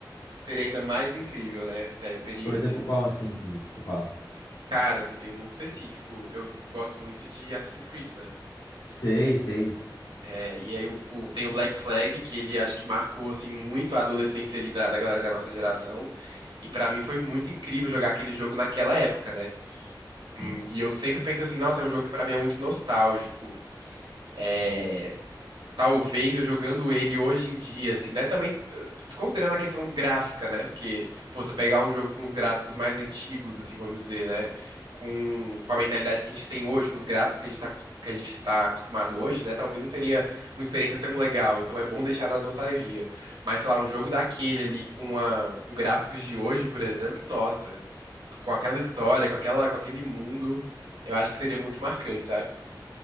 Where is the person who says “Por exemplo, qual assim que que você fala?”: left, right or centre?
Left